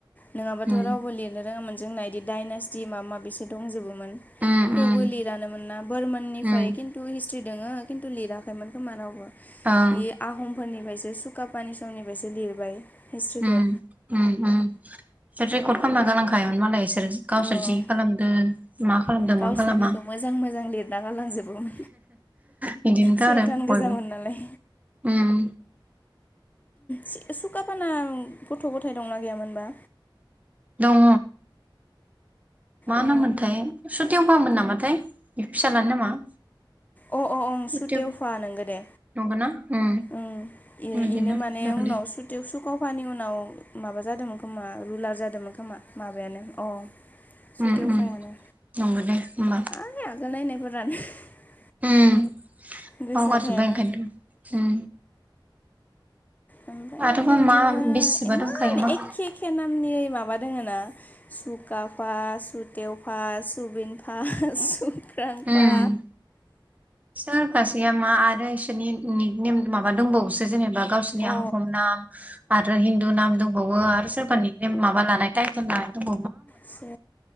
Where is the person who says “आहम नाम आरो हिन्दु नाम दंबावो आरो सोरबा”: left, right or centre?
Right